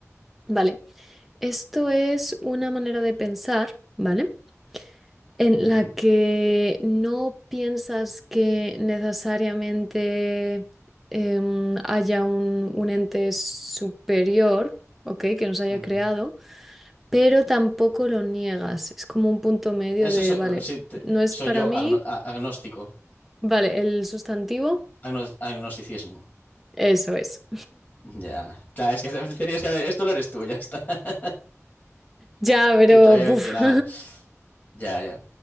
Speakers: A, in the centre; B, on the left.
A: vale. Esto es una manera de pensar, ¿vale? en
B: Ujú.
A: la que no piensas que necesariamente em, haya un, un ente superior, ¿ok? Que nos haya
B: Ujú.
A: creado, pero tampoco lo niegas. Es como un punto medio
B: Ese
A: de,
B: soy,
A: vale,
B: o- sí, te-
A: no es
B: soy
A: para
B: yo,
A: mí,
B: agno- a- agnóstico.
A: vale, el sustantivo,
B: Agnos- agnosticismo.
A: eso es.
B: Ya. Claro, es que <laughs> tenías que haber. Esto lo eres tú, ya está. <laughs>
A: Ya, pero...
B: Que te lo había
A: buf.
B: mencionado.
A: <laughs>
B: Ya, ya.